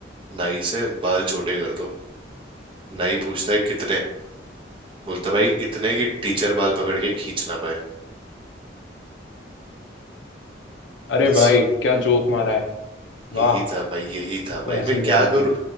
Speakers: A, on the right; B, on the left.
A: नाई से बाल छोटे कर दो नाई पूछता है कितने बोलता भाई इतने कि टीचर बाल पकड़ के खींच ना पाए
B: अरे
A: बस
B: भाई क्या जोक मारा है वाह
A: यही था भाई यही था भाई
B: तो हंसी
A: मैं
B: निकल
A: क्या करूं
B: गई